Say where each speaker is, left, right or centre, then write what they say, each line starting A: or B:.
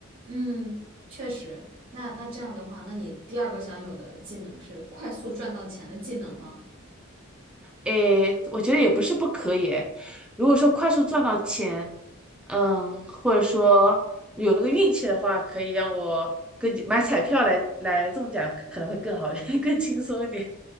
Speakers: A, on the right; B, in the centre.
A: 嗯，确实。那那这样的话，那你第二个想有的技能是快速赚到钱的技能吗？
B: 诶，我觉得也不是不可以诶。如果说快速赚到钱，嗯，或者说有那个运气的话，可以让我跟据买彩票来来中奖，可能会更好，<laughs> 更轻松一点，